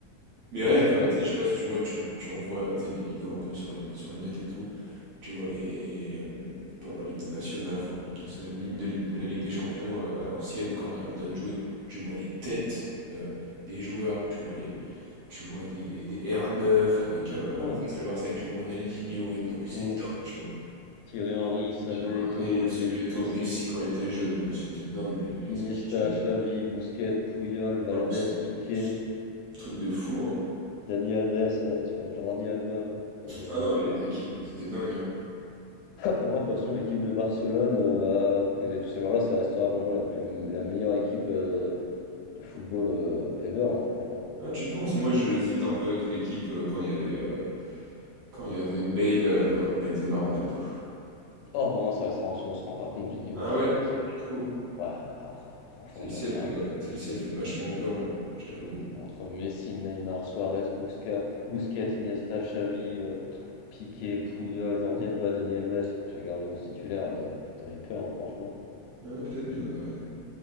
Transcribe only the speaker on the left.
là, ça
reste
bon.
Ouais.
Mm.
Thierry Henry, Samuel
Eto'o,
le
début
de Messi,
Iniesta,
Xavi, Busquets, Puyol, Valdés,
Piqué,
Dani Alves, ah ouais, tiens, Jordi Alba. Vous avez
une
équipe
hein.
Pour moi, de toute façon, l'équipe de Barcelone, euh, quand ils avaient tous ces joueurs-là, ça restera pour moi la, plus, la meilleure équipe euh, de football euh, ever, hein, franchement.
Or, pour moi, ça restera en dessous, on se rend pas compte du niveau
qu'ils
avaient Barcelone.
Ouais, ah, fr- franchement,
tu regardes
euh,
entre Messi, Neymar, Suarez, Busca, Busquets, Iniesta, Xavi, euh, pff, Piqué, Puyol, Jordi Alba, Dani Alves Quand tu regardes les 11 titulaire, euh, t'avais peur, hein, franchement.